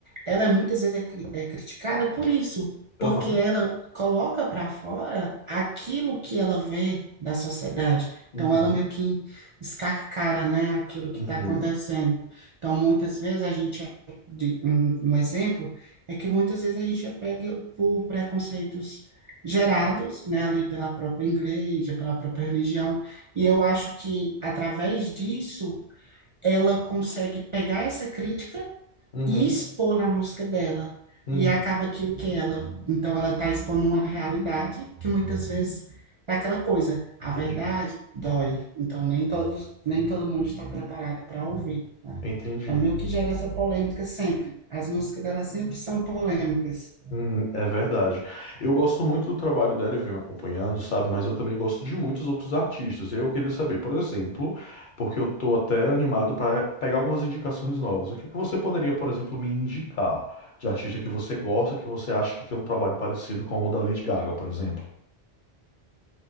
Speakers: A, on the right (about 50°); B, on the left (about 50°).
A: ela é muitas vezes é, cri- é criticada por isso, porque
B: aham,
A: ela coloca para fora aquilo que ela vê da sociedade.
B: uhum,
A: Então, ela meio que escarcara, né, aquilo que
B: uhum,
A: está acontecendo. Então, muitas vezes a gente, é de- um, um exemplo é que muitas vezes a gente é pega por preconceitos gerados, né, ali pela própria igreja, pela própria religião. E eu acho que através disso ela consegue pegar essa crítica
B: uhum,
A: e expor na música dela.
B: uhum.
A: E acaba que que ela, então ela está expondo uma realidade que muitas vezes é aquela coisa, a
B: Entendi,
A: verdade dói. Então nem todos, nem todo mundo está preparado para ouvir, né?
B: entendi.
A: Então meio que gera essa polêmica sempre. As músicas dela sempre são polêmicas.
B: Uhum, É verdade. Eu gosto muito do trabalho dela e venho acompanhando, sabe? Mas eu também gosto de muitos outros artistas. Eu queria saber, por exemplo, porque eu tô até animado para pegar algumas indicações novas. O que é que você poderia, por exemplo, me indicar de artista que você gosta, que você acha que tem um trabalho parecido com o da Lady Gaga, por exemplo?